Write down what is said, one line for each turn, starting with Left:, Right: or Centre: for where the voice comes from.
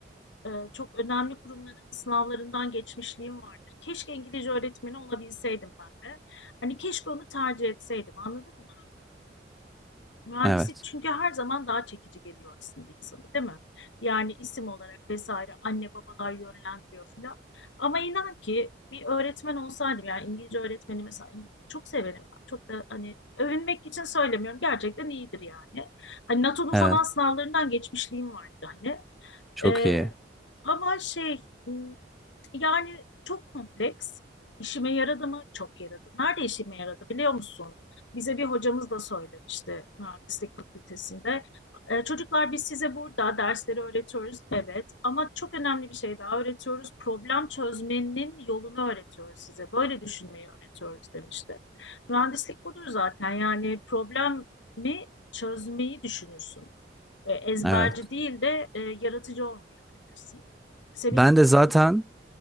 Left: e, çok önemli kurumların sınavlarından geçmişliğim vardır. Keşke İngilizce öğretmeni olabilseydim ben de. Hani keşke onu tercih etseydim anladın mı? Mühendislik
Centre: Evet.
Left: çünkü her zaman daha çekici geliyor aslında insana, değil mi? Yani isim olarak vesaire anne babalar yönlendiriyor falan. Ama inan ki bir öğretmen olsaydım yani İngilizce öğretmeni mesela İngilizce çok severim ben. Çok da hani övünmek için söylemiyorum. Gerçekten iyidir yani. Hani NATO'nun
Centre: Evet.
Left: falan sınavlarından geçmişliğim vardı hani.
Centre: Çok
Left: Ee,
Centre: iyi.
Left: ama şey hmm, yani çok kompleks. İşime yaradı mı? Çok yaradı. Nerede işime yaradı biliyor musun? Bize bir hocamız da söylemişti mühendislik fakültesinde. E, çocuklar biz size burada dersleri öğretiyoruz. Evet ama çok önemli bir şey daha öğretiyoruz. Problem çözmenin yolunu öğretiyoruz size. Böyle düşünmeyi öğretiyoruz demişti. Mühendislik budur zaten. Yani problemi çözmeyi düşünürsün. E, ezberci
Centre: Evet.
Left: değil de e, yaratıcı olmayı öğretirsin. Seninki
Centre: Ben
Left: nasıldı?
Centre: de zaten